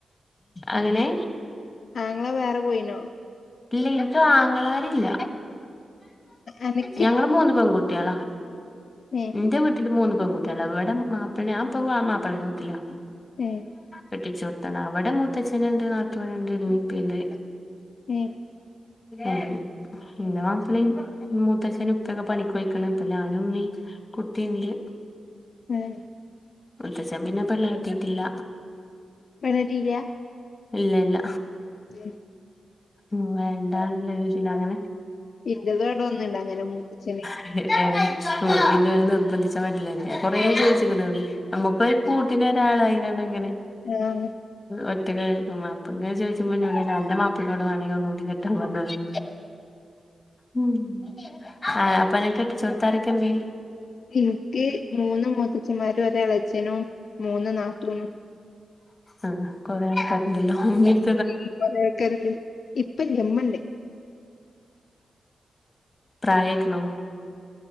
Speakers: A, on the left; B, on the left.
A: അങ്ങനെ
B: ആങ്ങള വേറെ പോയ്നോ
A: ഇല്ല ഇൻക്ക് ആങ്ങളാരില്ല
B: അനക്ക്
A: ഞങ്ങള് മൂന്ന് പെങ്കുട്ട്യാളാ
B: ഏഹ്
A: ഇന്റെ വീട്ടില് മൂന്ന് പെങ്കുട്ട്യാളാ ഇവടെ മാപ്പൾനെ ഞാപ്പൊ മാപ്പൾൻ്റെ വീട്ടിലാ
B: ഏഹ്
A: കെട്ടിച്ചൂട്ത്താണ് അവെടെ മൂത്തച്ഛനിണ്ട് നാത്തൂന്ണ്ട് ഇമിപ്പിണ്ട്
B: ഏ
A: ആയി ഇൻ്റെ മാപ്പ്ളിം മൂത്തച്ചനൂപ്പെക്കെ പണിക്കൊയ്ക്ക്ണ് ഇപ്പഞാനുമ്മിം കുട്ടിണ്ട്
B: ഏഹ്
A: മൂത്തച്ഛം പിന്നെ പെണ്ണ് കെട്ടീട്ടില്ല
B: പെണ്ണെട്ടീല്ല
A: ഇല്ല ഇല്ല
B: ഇയെ
A: ഉ വേണ്ടാ എന്ന രീതിയിൽ അങ്ങനെ
B: ഇന്റെതടെ ഒന്ന്ണ്ട് അങ്ങനെ മൂത്തച്ഛന്
A: <unintelligible> ഇല്ലോല് നിർബന്ധിച്ചാ പറ്റൂലല്ലോ കൊറേ
B: ആഹ്
A: ചോയ്ച്ചിക്കിണന്ന് അമ്മുക്കൊരു കൂട്ട്ന് നൊരാളായി കാണ്ടങ്ങനെ
B: ആഹ്
A: ഒറ്റക്കായിരിക്കും അപ്പങ്ങനെ ചോയ്ച്ചുമ്പെന്നോടറിം അന്റെ മാപ്പൾനോട് വേണെങ്കി ഒന്നുകൂടി കെട്ടാൻ പറ്ഞ്ഞോ പറി ഉം ആഹ് അപ്പനെ കെട്ടിച്ചോട്ത്ത് ആരൊക്കെലെ
B: ഇൻക്ക് മൂന്ന് മൂത്തച്ഛന്മാരും ഒരളച്ഛനും മൂന്ന് നാത്തൂനും
A: അഹ് കൊറേ ആൾക്കാർ ഇണ്ടല്ലോ <unintelligible>
B: <unintelligible> ഇപ്പല്യാ ഇമ്മണ്ട്
A: പ്രായക്ക്ണോ